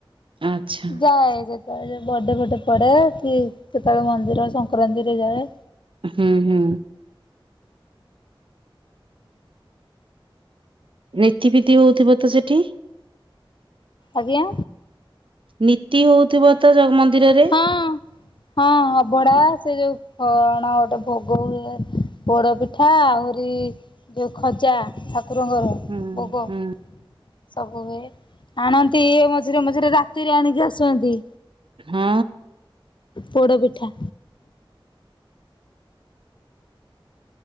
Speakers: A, on the right (about 70°); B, on the left (about 60°).
A: ଆଚ୍ଛା
B: ଯାଏ <unintelligible> ବାଡେ ଫାଡେ ପଡେ କି କେତେବେଳେ ମନ୍ଦିର ସଂକ୍ରାନ୍ତିରେ ଯାଏ।
A: ହୁଁ ହୁଁ। ନୀତିି ଫୀତି ହଉଥିବ ତ ସେଠି?
B: ଆଜ୍ଞା?
A: ନୀତି ହଉଥିବ ତ ଜଗମ ନ୍ଦିରରେ।
B: ହଁ ହଁ ଅଭଡା ସେ ଯୋଉ କଣ ଗୋଟେ ଭୋଗ ହୁଏ ପୋଡପିଠା ଆହୁରି ଯୋଉ ଖଜା ଠାକୁରଙ୍କର
A: ହୁଁ
B: ଭୋଗ।
A: ହୁଁ
B: ସବୁ ହୁଏ, ଆଣନ୍ତି ମଝିରେ ମଝିରେ ରାତିରେ ଆଣିକି ଆସନ୍ତି।
A: ହଁ।
B: ପୋଡ଼ପିଠା।